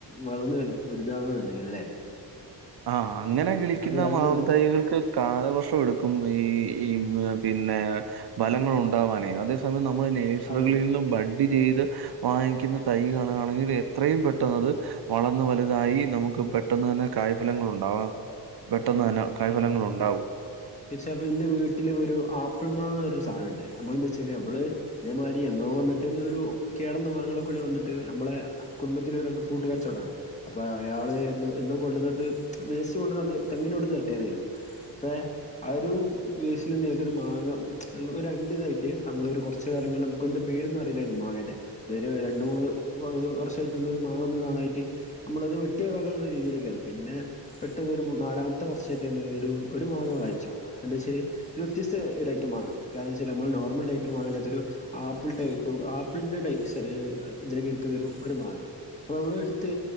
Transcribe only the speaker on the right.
ആ അങ്ങനെ കിളിക്കുന്ന
മാവും
തയികൾക്ക് കാലവർഷം എടുക്കും ഈ ഈ പിന്നെ ബലങ്ങൾ ഉണ്ടാവാനെ അതേ സമയം നമ്മള് നേഴ്സറികളിന്ന്
ബഡി ചെയ്ത് വാങ്ങിക്കുന്ന തൈകളാണെങ്കിൽ എത്രയും പെട്ടെന്നത് വളർന്ന് വലുതായി നമുക്ക് പെട്ടെന്ന് തന്നെ കായ ഫലങ്ങൾ ഉണ്ടാവാ പെട്ടെന്ന് തന്നെ കായ് ഫലങ്ങൾ ഉണ്ടാവും